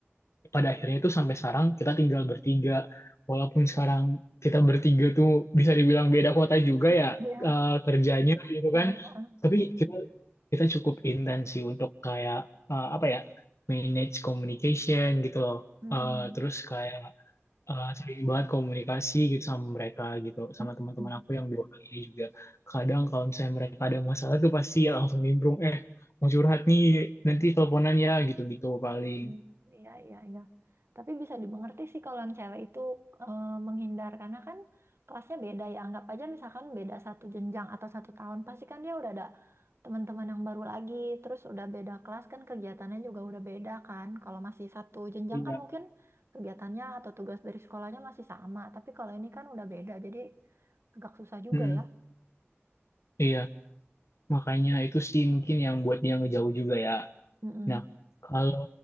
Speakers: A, on the left; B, on the right.
A: pada akhirnya itu sampai sekarang kita tinggal bertiga. Walaupun sekarang kita bertiga tuh bisa dibilang beda kota juga ya
B: iya.
A: eh, kerjanya gitu
B: Ah,
A: kan.
B: ah.
A: Tapi kita kita cukup intens sih untuk kayak eh, apa ya manage communication gitu loh.
B: Mm-mm.
A: Eh, terus kayak eh, sering banget komunikasi gitu sama mereka gitu sama
B: <laughs>
A: teman-teman aku yang dua kali ini juga. Kadang kalau misalnya mereka ada masalah tuh pasti langsung nimbrung eh mau curhat nih nanti teleponan ya gitu-gitu paling.
B: Hmm, Iya, iya, iya. Tapi bisa dimengerti sih kalau yang cewek itu eh, menghindar karena kan kelasnya beda ya. Anggap aja misalkan beda satu jenjang atau satu tahun, pasti kan dia udah ada teman-teman yang baru lagi. Terus udah beda kelas kan kegiatannya juga udah beda kan. Kalau masih satu jenjang
A: Iya,
B: kan mungkin kegiatannya atau tugas dari sekolahnya masih sama. Tapi kalau ini kan udah beda, jadi agak susah juga
A: Mm,
B: ya.
A: iya, makanya itu sih mungkin yang buat dia ngejauh juga ya.
B: Mm-mm.
A: Nah, kalau